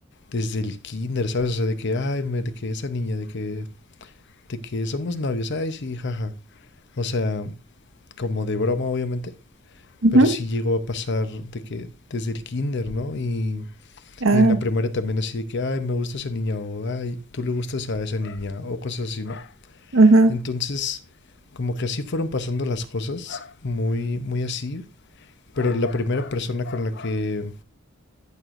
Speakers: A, on the left; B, on the right.
A: desde el kinder, ¿sabes? O sea, de que, ay, me- de que esa niña, de que, de que somos novios, ay, sí, jaja. O sea, como de broma, obviamente,
B: Ujú.
A: pero sí llegó a pasar de que desde el kinder, ¿no? Y,
B: Ah,
A: y en la primaria también así de que, ay, me gusta esa niña, o ay, tú le gustas a esa niña, o cosas así, ¿no?
B: ajá.
A: Entonces, como que así fueron pasando las cosas, muy, muy así. Pero la primera persona con la que...